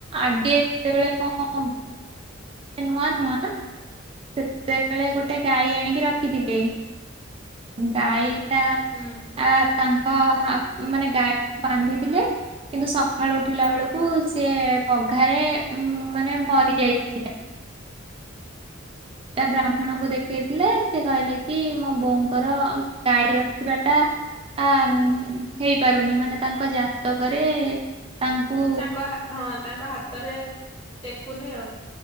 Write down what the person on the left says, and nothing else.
ହୁଁ
ତାଙ୍କ ହା ହଁ ତାଙ୍କ ହାତରେ ଟେକୁନି ଆଉ।